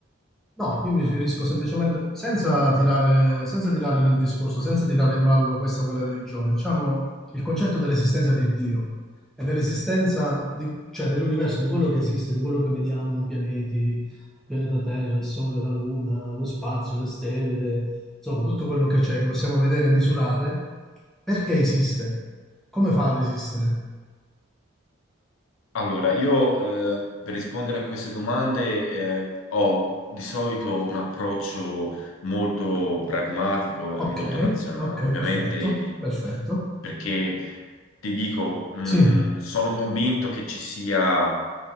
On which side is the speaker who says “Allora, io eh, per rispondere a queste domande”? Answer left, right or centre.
Left